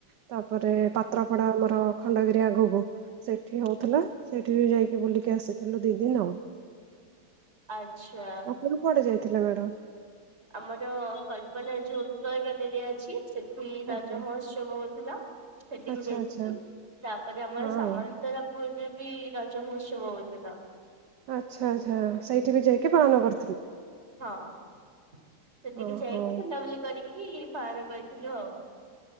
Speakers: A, on the right (about 65°); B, on the right (about 30°).
A: ତାପରେ ପାତ୍ରପଡା଼ ଆମର ଖଣ୍ଡଗିରି ଆଗକୁ। ସେଠି ହଉଥିଲା ସେଇଠି ବି ଯାଇକି ବୁଲିକି ଆସିଥିଲୁ ଦି ଦିନ।
B: ଆଚ୍ଛା।
A: ଆପଣ କୁଆଡ଼େ ଯାଇଥିଲେ ମ୍ୟାଡ଼ାମ୍?
B: ଆମର କଳ୍ପନା ଯୋଉ ଉତ୍କଳ ଗ୍ୟାଲେରୀ ଅଛି ସେଠି ରାଜମହୋ
A: ଆଜ୍ଞା
B: ଉତ୍ସବ ହଉଥିଲା ସେଠିକି
A: ଆଚ୍ଛା
B: ଯାଇଥିଲି।
A: ଆଚ୍ଛା
B: ତାପରେ ଆମର
A: ହଁ।
B: ସାମନ୍ତରାପୁର୍ ରେ ବି ରଜ ମହୋଉତ୍ସବ ହଉଥିଲା।
A: ଆଚ୍ଛା ଆଚ୍ଛା ସେଇଠି ବି ଯାଇକି ପାଳନ କରିଥିଲେ।
B: ହଁ ସେଠିକି
A: ଓହୋ।
B: ଯାଇକି ବୁଲାବୁଲି କରିକି ପାଳନ କରିଥିଲୁ ଆଉ।